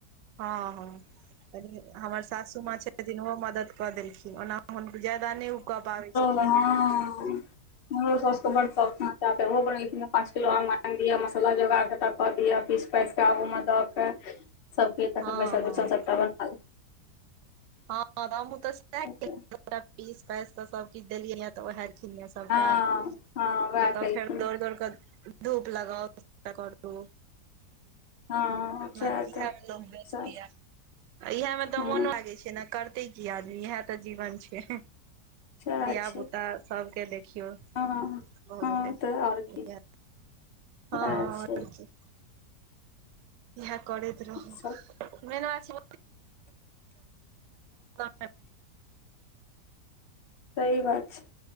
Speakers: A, on the right; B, on the left.
A: हँ हँ कनि हमर सासु माँ छथिन ओहो मदद कऽ देलखिन ओना हुनक ज्यैदा नहि ऊ कऽ पाबै छथि
B: हँऽऽ हमरो साउस के बड सौख छैन अचार के ओहो बनेलखिन हैं, पाँच किलो आम आनि दिया मसल्ला जोगाक सभटा कऽ दिअ पीस पैस कऽ आगूमे दऽ कै सभकिछ तखन
A: हँ
B: बैसल
A: हँ
B: बैसल सभटा बना लेत
A: हँ तऽ हमु तऽ सैह
B: ले।
A: केलियैऐ पीस पाइस कऽ सबकिछ देलियैयै त ओहै <unintelligible> सबटा
B: हँ
A: आ
B: हँ वएह
A: तब
B: केलखिन
A: फेर दौड़ दौड़ कऽ धूप लगाउ <unintelligible> करू।
B: हँ।
A: <unintelligible> लोक
B: सएह तऽ
A: बय्सत
B: सएह
A: हैत इहैमे तऽ
B: हँ
A: मोन लागै छै ने कर तै की आदमी इहै त जीवन छै हैं
B: सएह
A: धिया
B: छै
A: पुता सबके देख खियौ
B: हँ
A: भऽ
B: हँ
A: गेलै हैयै
B: तऽ आओर की सएह
A: हँ और
B: छै
A: की इहै करैत रहु
B: सब
A: मेन बात छै <unintelligible>
B: सही बात छै